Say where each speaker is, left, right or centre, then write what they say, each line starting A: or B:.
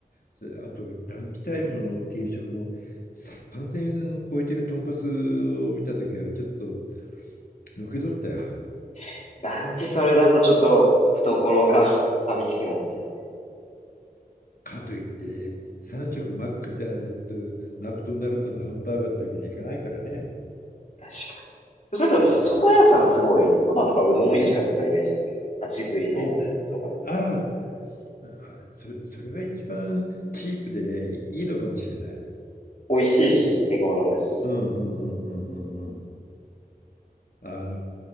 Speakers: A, on the left (about 65°); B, on the left (about 45°).
A: それあと、ランチタイムの定食も3000円を超えてるとんかつを見たときは、ちょっとのけ取ったよ。
B: に。ランチそれだとちょっと懐が <laughs> 寂しくなっちゃうね。
A: <laughs> かといって、3食マックって、えっと、マクドナルドのハンバーガーだけにはいかないからね。
B: 確かに。それさ、そば屋さんすごい、
A: うん、
B: そばとかうどん美味しかったイメージあるけど、
A: え
B: 立ち食いのそば屋。
A: え、なああ、それ、それが一番チープでね、いいのかもしれない。
B: 美味しいし、手頃だし。
A: うんうんうんうんうんうん。あの